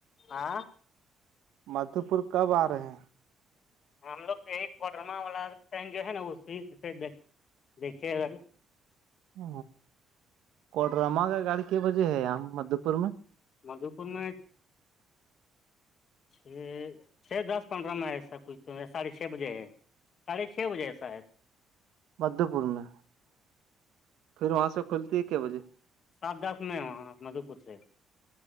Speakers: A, on the left (about 40°); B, on the right (about 75°).
A: آ
B: مادھو پور کب آ رہے ہیں
A: ہم لوگ ایک کوٹرما والا ین جو ہے نا اسی سے دیکھیے اگر
B: ہ کوڈرما کا گاڑی کے بجے ہے یہاں مدھو پور میں
A: مادھوپور میں چھ چھ دس پندرہ میں ایسا کچھ تو ہے ساڑھے چھ بجے ہے ساھے چھ بجے ایسا ہے
B: مدھے پور میں پھر وہاں سے کھلتی ہے کیا بجے
A: سات دس میں وہاں مدو پور سے